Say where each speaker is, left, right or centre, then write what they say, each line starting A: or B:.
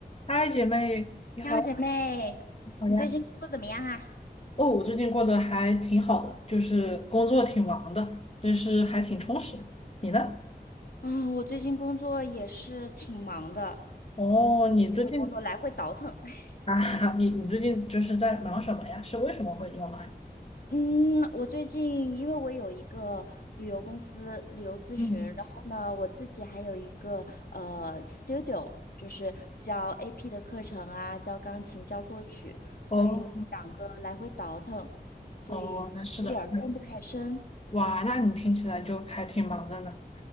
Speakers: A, on the left (about 40°); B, on the left (about 65°).
A: 嗨，姐妹，你好，
B: 你好，姐妹，
A: 你好呀，
B: 你最近嗯工作怎么样啊？
A: 哦，我最近过得还挺好的，就是工作挺忙的，但是还挺充实。你呢？
B: 嗯，我最近工作也是挺忙的，
A: 哦，你最近
B: 几份工作来回倒腾。<laughs>
A: 啊，<laughs> 你你最近就是在忙什么呀？是为什么会这么忙呀
B: 嗯，我最近因为我有一个旅游公司旅游咨询，
A: 嗯，
B: 然后呢，我自己还有一个呃 studio，就是教 AP 的课程啊，教钢琴，教作曲，所以呢，
A: 哦，
B: 两个来回倒腾，所以有点儿分不开身。
A: 哦，那是的，对，哇，那你听起来就还挺忙的呢。